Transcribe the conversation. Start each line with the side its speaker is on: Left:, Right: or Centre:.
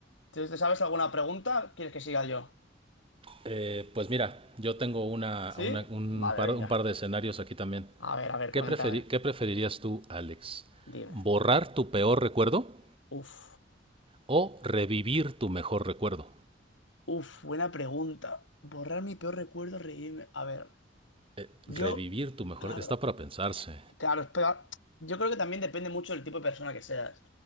Left: ¿Te te sabes alguna pregunta? ¿Quieres que siga yo?
Right: Eh, pues mira, yo tengo una,
Left: ¿Sí?
Right: una- un,
Left: Vale,
Right: par,
Left: venga.
Right: un par de escenarios aquí también.
Left: A ver, a ver,
Right: ¿Qué,
Left: cuéntame.
Right: preferi- ¿Qué preferirías tú, Alex?
Left: Dime.
Right: ¿Borrar tu peor recuerdo
Left: Uf.
Right: o revivir tu mejor recuerdo?
Left: Uf, buena pregunta. Borrar mi peor recuerdo, reírme. A ver,
Right: Eh,
Left: yo,
Right: revivir tu mejor...
Left: claro,
Right: Está para pensarse.
Left: claro, espera. Yo creo que también depende mucho del tipo de persona que seas.